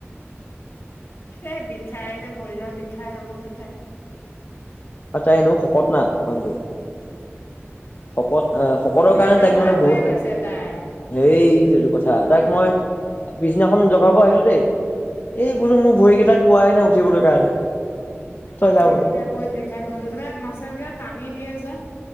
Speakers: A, on the left; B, on the left.
A: এ বিষা- তাই যে ভৰি হাত বিষাই বহুত বিষাই
B: আৰু তাই এনেও শকত ন মানুহটো শকত অ শকতৰ
A: ভেপেলা
B: কাৰণে তাইক মানে বহুতো
A: হৈ গৈছে তাই।
B: হেই এইবোৰ কথা তাইক মই পিছদিনাখন জগাব আহিলো দেই
A: উম,
B: এই বোলো মোৰ ভৰি কেইটা কোৱাই নাই উ- উঠিবলে কাৰণে তই
A: বিষাই
B: যা বোলো
A: বিষাই বহুত বিষাই বহুত এ মাচাজে টানি দিয়ে যে